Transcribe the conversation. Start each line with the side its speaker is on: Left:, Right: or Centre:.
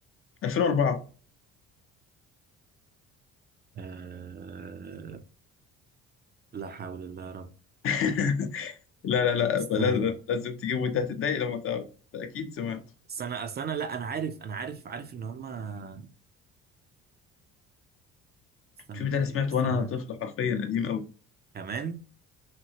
Left: 2004
Right: آه... لا حول الله
Left: <laughs> لا لا لا
Right: استنى
Left: لازم لازم تجيبه وانت هتتضايق لما تعرف انت اكيد سمعت
Right: استنى استنى لا انا عارف انا عارف عارف ان هما استنى
Left: الفيلم ده
Right: طيب
Left: انا سمعته
Right: استنى
Left: وانا طفل حرفيا قديم قوي
Right: كمان